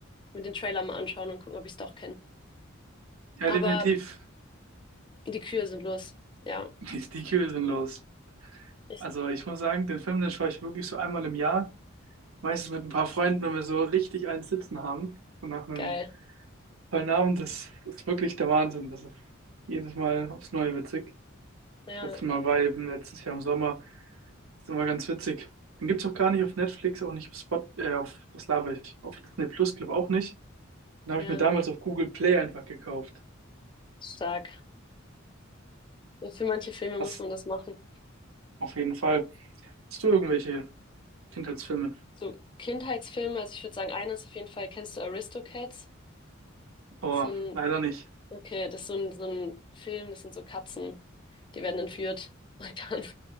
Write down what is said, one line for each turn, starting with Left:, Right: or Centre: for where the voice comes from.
Left: mit den Trailer mal anschauen und gucken, ob ich es doch kenne.
Right: Ja,
Left: Aber
Right: definitiv.
Left: die Kühe sind los. Ja,
Right: <laughs> Die, die Kühe sind los.
Left: ich,
Right: Also ich muss sagen, den Film, den schaue ich wirklich so einmal im Jahr. Meistens mit ein paar Freunden, wenn wir so richtig einen Sitzen haben. Und nach einem
Left: geil.
Right: tollen Abend, das, ist wirklich der Wahnsinn. Das ist jedes Mal aufs Neue witzig.
Left: Ja,
Right: Letztes Mal war eben letztes Jahr im Sommer. Das ist immer ganz witzig. Den gibt's auch gar nicht auf Netflix, auch nicht auf Spot, äh, auf, was laber ich, auf Disney Plus, glaube auch nicht. Den habe
Left: ja.
Right: ich mir damals auf Google Play einfach gekauft.
Left: Stark. Ja, für manche Filme
Right: Das
Left: muss man das machen.
Right: auf jeden Fall. Hast du irgendwelche Kindheitsfilme?
Left: So Kindheitsfilme, also ich würde sagen, einer ist auf jeden Fall, kennst du Aristocats?
Right: Oh,
Left: So ein,
Right: leider nicht.
Left: okay, das ist so ein, so ein Film, das sind so Katzen, die werden entführt und dann